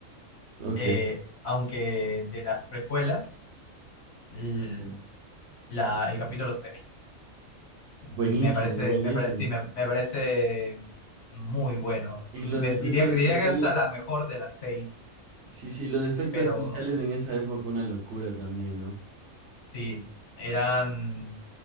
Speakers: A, on the right (about 60°); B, on the left (about 55°).
A: Ok,
B: eh, aunque de las precuelas, l- la, el capítulo 3,
A: buenísimo,
B: me parece,
A: buenísimo.
B: me pare- sí, me, me parece muy bueno.
A: Y
B: Me
A: los efectos
B: diría, que- diría
A: especiales,
B: que es hasta la mejor de las seis,
A: sí, sí, los efectos
B: pero
A: especiales en esa época, una locura también, ¿no?
B: sí, eran